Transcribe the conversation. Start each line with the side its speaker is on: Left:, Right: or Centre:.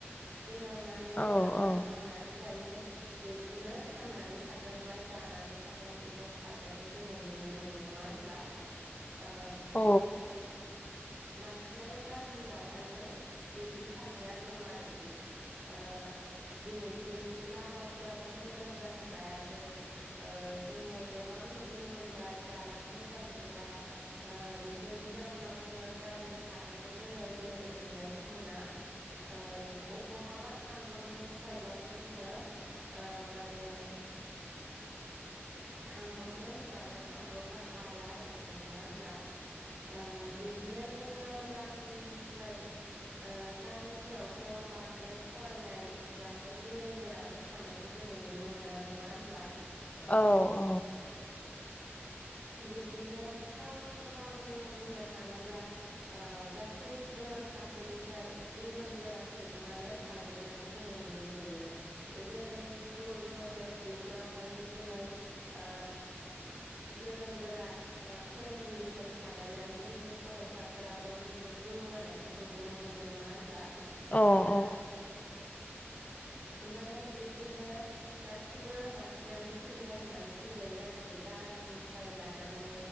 Right: जोङो मा ने
Left: औ
Right: जा आबाद मावनानै जायो बेजोंनो थांनानै थागोन बा जानानै थागोन बेखौ साननायखौ जोङो नुनो मोनो, नङा होनब्ला?
Left: <inaudible>
Right: ओ
Left: औ
Right: <inaudible> बां सिनानो गामियावहायो बिब्दि साननाया दं आरोखि। ओ दिनैसिम लामाफोराबो मोजां जानो हायाखै। ओ जोङो गोबां नुबोनो मोनबाय दालां मोजां गैया ओ बे फोरनि जाउनाव जोङो गारि खारनायखौ जोङो एभेलेबेल नुनायखौ मोना। ओ ओबहाबा थां ब्रबनो थाखायब्लाबो जोङो ओ माने थांब्रबनो होनबानो थांब्रबनो हाया आरोखि। नङा होनब्ला? ओ बिब्दिनो जोङो <inaudible> निफ्राय ओ गामिफोरावथ' बांद्राय फरायनाय बांद्राय गोरों गोराबो थानायखौ जों ङो नुनो मोना नङा होनब्ला?
Left: औ औ
Right: बिदिनो टाउन सहराव जोङो बुंनो थाङोब्ला ओ गासैबो फारसेनिफ्राय गोरों गोरा सुबुङानो थाजोबनायखौ जोङो नु नो मोनो जेरै स्कुल कलेज बेफोरावहायो जोङो ओ गोरों गोरा ओ फोरोंगिरिफोर थानायलाय जोंनि फरायसा फोराबो जोबोद जौगानायखौ नुबोनो मोनो नङा होनब्ला?
Left: औ
Right: ओ
Left: औ
Right: माने बिसोरनो गासिबो बांसिनानो सुबिदा होननानै बुंजायो आरोखि। गारिनिफ्राय लानानै